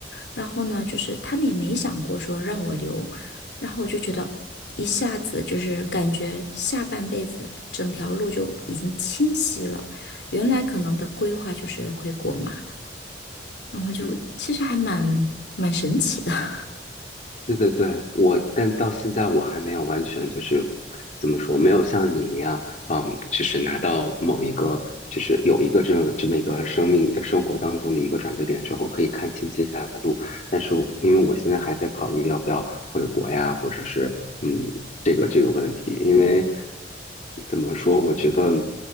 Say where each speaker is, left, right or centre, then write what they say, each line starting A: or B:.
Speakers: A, on the left; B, on the left.
A: 然后呢，就是他们也没想过说让我留，然后我就觉得一下子就是感觉下半辈子整条路就已经清晰了。原来可能的规划就是回国嘛，然后就其实还蛮蛮神奇的。
B: 嗯。对对对，我，但到现在我还没有完全就是怎么说，没有像你一样，嗯，就是拿到某一个，就是有一个这么这么一个生命呃生活当中的一个转折点之后，可以看清接下来的路。但是我因为我现在还在考虑要不要回国呀，或者是嗯这个这个问题，因为怎么说，我觉得